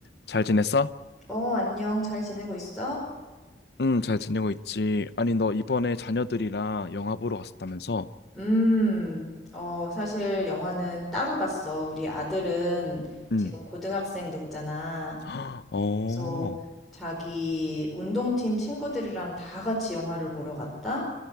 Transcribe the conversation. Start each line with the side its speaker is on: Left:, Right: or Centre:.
Left: 잘 지냈어?
Centre: 어, 안녕. 잘 지내고 있어?
Left: 응, 잘 지내고 있지. 아니, 너 이번에 자녀들이랑 영화 보러 갔었다면서?
Centre: 음, 어, 사실 영화는 따로 봤어. 우리 아들은
Left: 응.
Centre: 지금 고등학생 됐잖아.
Left: <gasps> 어,
Centre: 그래서 자기 운동팀 친구들이랑 다 같이 영화를 보러 갔다?